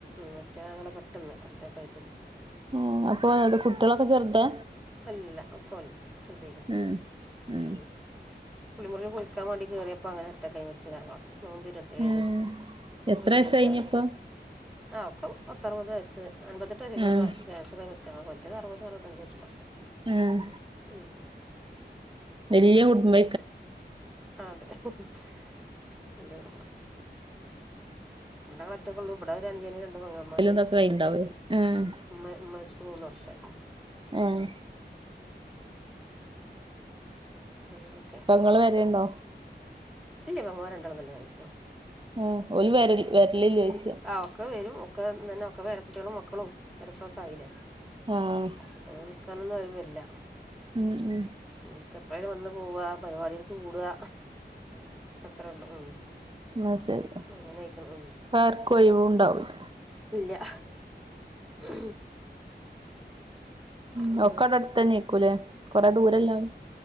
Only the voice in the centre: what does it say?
മറ്റേ ആങ്ങള പെട്ടെന്ന് അറ്റാക്ക ആയിട്ട്....
അല്ല അല്ല ഒക്ക വലുതാ
<unintelligible> കുളിമുറി കുളിക്കാൻവേണ്ടി കയറിയപ്പോ അങ്ങനെ അറ്റക്കായി മരിച്ചതാണ് നോമ്പ് ഇരുപത് എഴിനു
വെള്ളിയാഴ്ച....
ആ ഒക്കെ പത്ത അറുപത് വയസ് അൻപത്തെട്ട് വയസ
ക്യാൻസറായിട്മരിച്ചതാ..... അറപത് അറപത്തഞ്ചയിട്ടുണ്ടും....
ഉ...
ആഹ് അതെ. <unintelligible> ഇവിടെ ഞാൻ ഒറ്റക്കള്ളൂ ഇവിടെ ഒരു അനുയന് രണ്ടു പെങ്ങന്മാര്....
ഇമ്മ മരിച്ചിട്ട് മൂന്ന് വർഷമായി....
ഇങ്ങനൊക്കെ....
ഇല്ല പെങ്ങമ്മാരെ രണ്ടാളെ കല്യാണംച്ചിക്കോ....
ഉ
ഈ അവക്കവരും...... ഒക്കെ ഒക്കെ പേരകുട്ടികളും മക്കളും വരക്കൊ ഒക്കെയില്ലേ....
ഇപ്പൊ നിക്കാനൊന്നും ആരും വരുല്ല.
ഓലൊക്കെ എപ്പളെലും വന്ന് പോവുക പരിപാടികൾക്ക് കൂടുക അത്രേ ഉള്ളു ഉം
അങ്ങനയിക്കണ്
ഇല്ല ഉ....
പിന്നെ